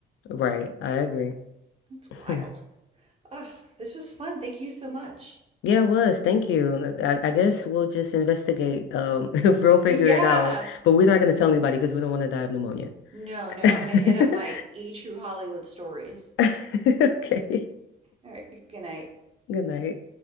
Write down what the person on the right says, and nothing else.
It's wild.
Ugh, this was fun. Thank you so much. <laughs>
Yeah.
No, no, I'm gonna hit
up my E True Hollywood stories.
All right, good night.